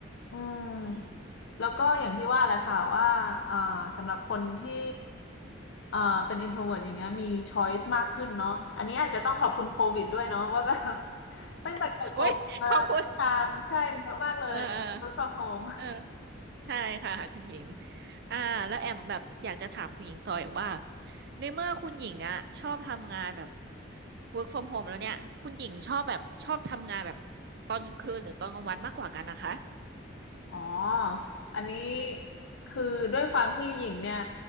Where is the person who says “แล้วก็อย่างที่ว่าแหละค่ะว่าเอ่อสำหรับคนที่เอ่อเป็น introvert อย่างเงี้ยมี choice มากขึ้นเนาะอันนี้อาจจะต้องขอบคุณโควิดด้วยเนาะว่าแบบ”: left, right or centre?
Left